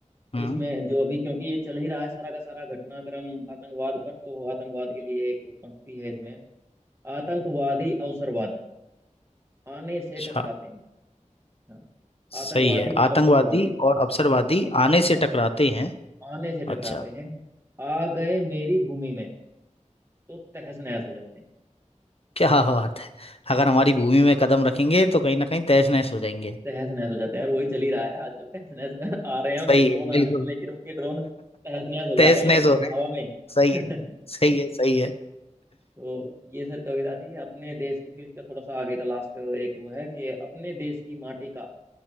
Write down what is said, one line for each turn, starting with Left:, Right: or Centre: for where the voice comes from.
Left: हम्म
Right: इसमें जो अभी क्योंकि ये चल ही रहा है सारा का सारा घटनाक्रम आतंकवाद पर तो आतंकवाद के लिए एक पंक्ति है इसमें आतंकवादी अवसरवादी आने से
Left: अच्छा
Right: टकराते हैं हाँ
Left: सही
Right: आतंकवादी
Left: है आतंकवादी
Right: अवसरवादी
Left: और अवसरवादी आने से
Right: अवसरवादी
Left: टकराते हैं
Right: आने से टकराते
Left: अच्छा
Right: हैं आ गए मेरी भूमि में तो तहस नहस हो जाते हैं
Left: क्या बात है अगर हमारी भूमि में कदम रखेंगे तो कहीं ना कहीं तहस
Right: हम्म।
Left: नहस हो जाएंगे
Right: तहस नहस हो जाते हैं और वही चल ही रहा है आजकल तहस नहस <laughs> आ रहे हैं उनके
Left: सही
Right: ड्रोन
Left: है
Right: आ
Left: बिल्कुल
Right: रहे हैं लेकिन उनके ड्रोन तहस नहस हो
Left: तहस
Right: जा रहे
Left: नहस
Right: हैं
Left: हो रहे हैं
Right: हवा में
Left: सही
Right: <laughs>
Left: है सही है सही है
Right: तो ये सर कविता थी अपने देश की फिर इसका थोड़ा सा आगे का लास्ट एक वो है कि अपने देश की माटी का